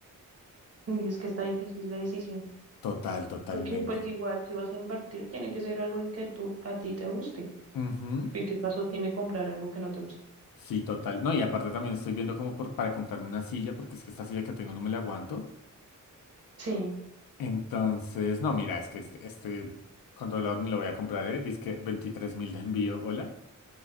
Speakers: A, on the right; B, on the left.
A: Uy, es que está difícil la decisión.
B: Total, totalmente.
A: Porque pues igual si vas a invertir, tiene que ser algo en que tú a ti te guste.
B: Ujú.
A: Porque qué caso tiene comprar algo que no te gusta.
B: Sí, total. No, y aparte también estoy viendo como por, para comprarme una silla porque es que esta silla que tengo no me la aguanto.
A: Sí,
B: Entonces, no, mira, es que este, este controlador ni lo voy a comprar, ¿eh? Dice que 23 mil de envío, ¿hola?